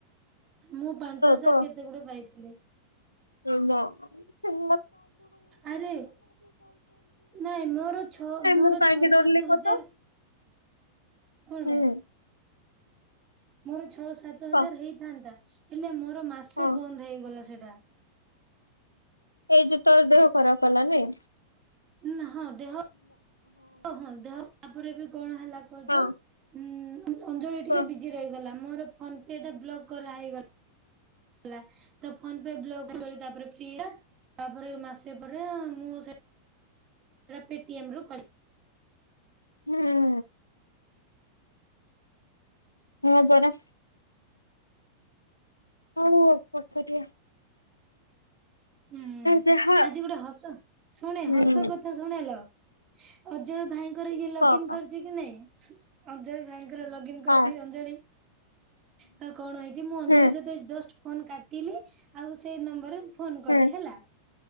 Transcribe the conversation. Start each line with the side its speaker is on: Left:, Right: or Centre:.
Right: ମୁଁ ପାଞ୍ଚ ହଜାର
Left: ତ
Right: କେତେ ଗୁଟେ ପାଇଥିଲି।
Left: <unintelligible> ଆରେ ନାଇ
Right: ଆରେ ନାଇଁ ମୋର ଛଅ ମୋର
Left: ମୁଁ କାଇଁକି
Right: ଛଅ ସାତ
Left: ଦରିଲି କହ
Right: ହଜାର
Left: ତ?
Right: କଣ ପାଇଁ
Left: ହୁଁ
Right: ମୋର ଛଅ ସାତ ହଜାର
Left: କହ
Right: ହେଇଥାନ୍ତା ହେଲେ ମୋର ମାସେ
Left: ହଁ
Right: ବନ୍ଦ ହେଇଗଲା ସେଟା।
Left: ଏଇ ଯୋ ତୋର ଦେହ ଖରାପ ହେଲା ନେଇ?
Right: ନା ହଁ ଦେହ ହଁ ଦେହ ତାପରେ ବି କଣ ହେଲା କୁହତ
Left: ହଁ
Right: ହୁଁ ଅଞ୍ଜଳି ଟିକେ
Left: ପ
Right: ବିଜି ରହିଗଲା। ମୋର ଫୋନ ପେଟା ବ୍ଲକ୍ କରାହେଇଗ ଲା ତ ଫୋନ ପେ ବ୍ଲକ ତାପରେ ଫ୍ରି ତାପରେ ମାସେ ପରେ ମୁଁ ସେ ପେଟିମ୍ରୁ କଲି।
Left: ହୁଁ। ହଁ ପରା। ହଉ ଆଉ କଣ କରିବା।
Right: ହୁଁ
Left: ଯାହା
Right: ଆଜି ଗୋଟେ ହସ- ଶୁଣେ
Left: ହୁଁ
Right: ହସ କଥା ଶୁଣେଲୋ ଅଜୟ ଭାଇଙ୍କର ଇଏ ଲଗଇନ
Left: କ କ
Right: କରି କି ନାଇଁ ଅଜୟ ଭାଇଙ୍କର ଲ କରିଛି
Left: ହଁ
Right: ଅଞ୍ଜଳି। ତ କଣ ହେଇଛି ମୁଁ ଅଞ୍ଜଳି
Left: ହୁଁ
Right: ଜଷ୍ଟ ଫୋନ କାଟିଲି ଆଉ ସେଇ ନମ୍ବରରେ ଫୋନ କଲି
Left: ହୁଁ
Right: ହେଲା।